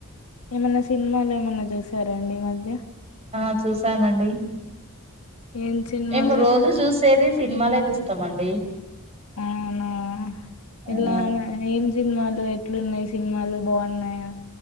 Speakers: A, on the left; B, on the right.
A: ఏమన్న సినిమాలు ఏమన్నా చూసారాండి ఈ మధ్య
B: ఆ చూసామండి
A: ఏం సినిమాలు
B: మేము
A: చూసారు
B: రోజు చూసేది సినిమాలే చూస్త తమండి
A: అవునా
B: ఆ
A: ఇలా గా ఏం సినిమాలు ఎట్లున్నాయి సినిమాలు బాగున్నాయా